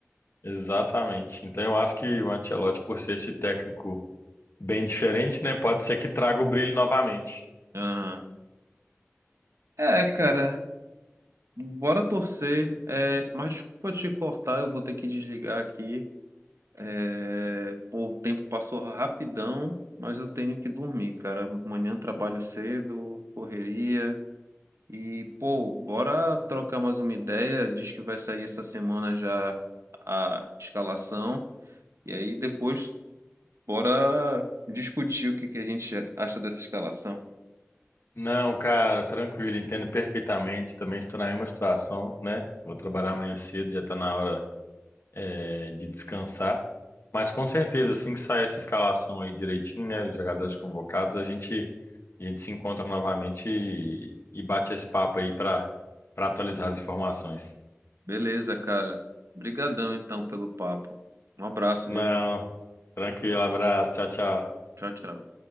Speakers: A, on the left; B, on the right.
A: Exatamente. Então eu acho que o Ancelotti, por ser esse técnico bem diferente, né, pode ser que traga o brilho novamente.
B: Aham. É, cara, bora torcer. É, mas desculpa te cortar, eu vou ter que desligar aqui. É, pô, o tempo passou rapidão, mas eu tenho que dormir, cara. Amanhã trabalho cedo, correria. E, pô, bora trocar mais uma ideia. Diz que vai sair essa semana já a escalação. E aí depois, bora discutir o que que a gente acha dessa escalação.
A: Não, cara, tranquilo, entendo perfeitamente. Também estou na mesma situação, né? Vou trabalhar amanhã cedo, já está na hora, é, de descansar. Mas com certeza, assim que sair essa escalação aí direitinho, né, os jogadores convocados, a gente, a gente se encontra novamente e, e bate esse papo aí para para atualizar as informações.
B: Beleza, cara. Obrigadão então pelo papo. Um abraço,
A: Não,
B: viu?
A: tranquilo, abraço, tchau, tchau.
B: Tchau, tchau.